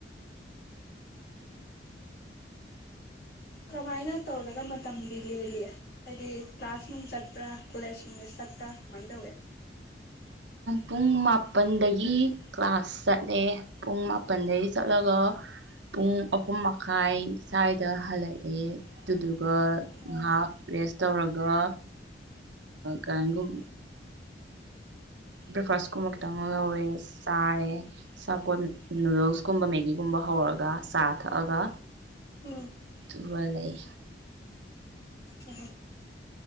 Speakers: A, on the left (about 60°); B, on the right (about 85°).
A: ꯀꯃꯥꯏꯅ ꯇꯧꯔꯒ ꯃꯇꯝꯗꯤ ꯂꯦꯜꯂꯤ ꯍꯥꯏꯗꯤ ꯀ꯭ꯂꯥꯁ ꯅꯨꯡ ꯆꯠꯄ꯭ꯔꯥ ꯀꯣꯂꯦꯖ ꯅꯨꯡꯗ ꯆꯠꯄ꯭ꯔꯥ ꯀꯃꯥꯏꯅ ꯇꯧꯋꯦ
B: ꯄꯨꯡ ꯃꯥꯄꯜꯗꯒꯤ ꯀ꯭ꯂꯥꯁ ꯆꯠꯂꯦ ꯄꯨꯡ ꯃꯥꯄꯜꯗꯒꯤ ꯆꯠꯂꯒ ꯄꯨꯡ ꯑꯍꯨꯝ ꯃꯈꯥꯏ ꯁ꯭ꯋꯥꯏꯗ ꯍꯜꯂꯛꯑꯦ ꯑꯗꯨꯗꯨꯒ
A: ꯑꯣ
B: ꯉꯥꯏꯍꯥꯛ ꯔꯦꯁ ꯇꯧꯔꯒ ꯀꯒꯨꯝ ꯕ꯭ꯔꯦꯛꯐꯥꯁ ꯀꯨꯝꯕ ꯈꯤꯇꯪ ꯂꯧꯔꯦ ꯆꯥꯔꯦ ꯁꯥꯄꯣꯠ ꯅꯨꯗꯜꯁꯀꯨꯝꯕ ꯃꯦꯒꯤꯒꯨꯝꯕ ꯍꯧꯔꯒ ꯆꯥ ꯊꯛꯑꯒ
A: ꯎꯝ
B: ꯑꯗꯨꯒ ꯋꯥ ꯂꯩ
A: ꯌꯥ